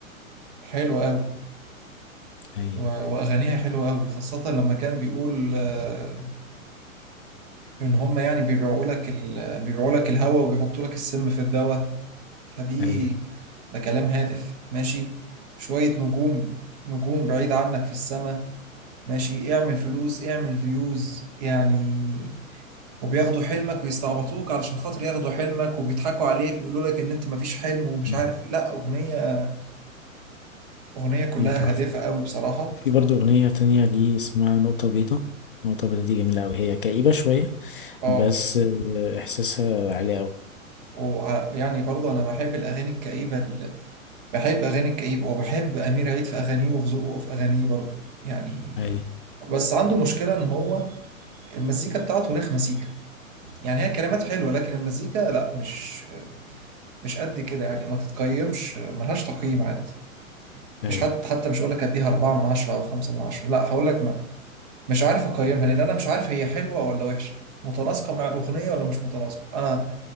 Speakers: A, on the right; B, on the left.
A: حلوه قوي
B: ايوه
A: و- واغانيها حلوه قوي خاصه لما كان بيقول آه، ان هم يعني بيبيعوا لك ال... بيبيعوا لك الهوا وبيحطوا لك السم في الدواء فدي
B: ايوه
A: ده كلام هادف ماشي شويه نجوم نجوم بعيد عنك في السماء ماشي اعمل فلوس اعمل فيوز يعني وبياخدوا حلمك ويستعبطوك علشان خاطر ياخدوا حلمك وبيضحكوا عليك ويقولوا لك ان انت مفيش حلم ومش
B: مم.
A: عارف إيه. لا اغنية اغنية كلها
B: هي تحفة
A: هادفة قوي بصراحة
B: في برضه أغنية تانية ليه اسمها نقطة بيضاء نقطة بيضاء دي جميلة أوي هي كئيبة شوية
A: اه
B: بس آه، إحساسها عالي أوي
A: وع- ويعني برضه انا بحب الاغاني الكئيبة ال- بحب اغاني الكئيبة وبحب امير عيد في اغانيه وفي ذوقه في اغانيه برضه يعني
B: أيوة
A: بس عنده مشكلة ان هو المزيكا بتاعته رخمة سيكا يعني هي كلمات حلوة لكن المزيكا لا مش مش قد كده يعني ما تتقيمش ملهاش تقييم عندي
B: أيوة
A: مش حتى حتى مش هقول لك اديها أربعة من عشرة أو خمسة من عشرة لا هقول لك مش عارف اقيمها لان انا مش عارف هي حلوه ولا وحشه متناسقه مع الاغنيه ولا مش متناسقه انا